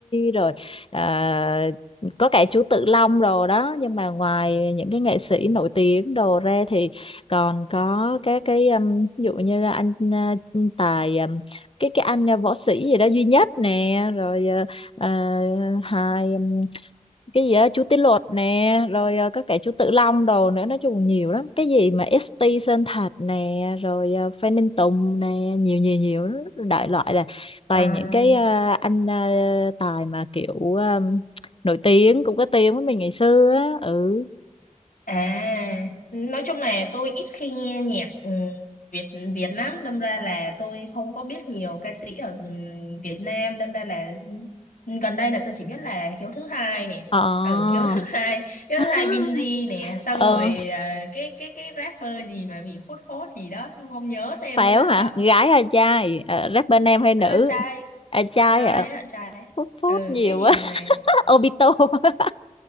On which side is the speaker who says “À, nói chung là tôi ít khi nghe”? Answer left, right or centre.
Left